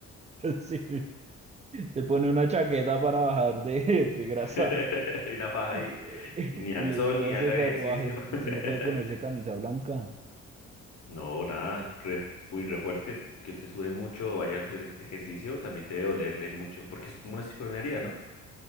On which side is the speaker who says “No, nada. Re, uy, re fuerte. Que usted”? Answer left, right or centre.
Left